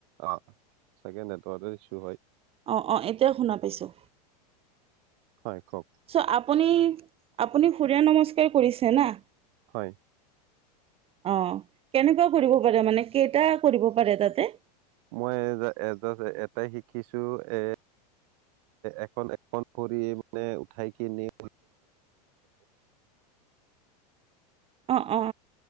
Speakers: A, on the right; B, on the right.
A: অ', চাগে নেটৱৰ্ক ইছ্যু। হয়।
B: অ', অ', এতিয়া শুনা পাইছোঁ।
A: হয় কওক।
B: চ' আপুনি আপুনি সূৰয় নমস্কাৰ কৰিছে না?
A: হয়।
B: অ', কেনেকুৱা কৰিব পাৰে মানে কেইটা কৰিব পাৰে তাতে?
A: মই এ এটাই শিকিছোঁ এ এখন এখন কৰি মানে উঠাই কি নি <inaudible>
B: অ' অ'।